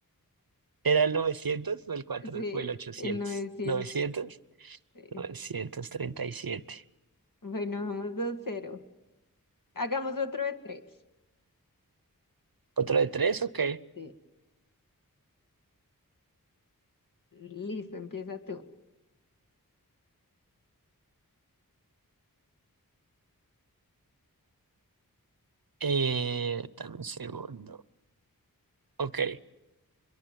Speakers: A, on the right (about 75°); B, on the left (about 65°).
A: ¿Era el 900 o el 4
B: Sí,
A: o el ochocientos?
B: el 900.
A: ¿novecientos?
B: Sí.
A: novecientos treinta y siete
B: Bueno, vamos dos cero. Hagamos otro de tres.
A: ¿Otro de tres? Ok.
B: Sí. Listo, empieza tú.
A: Eh, dame un segundo. Ok.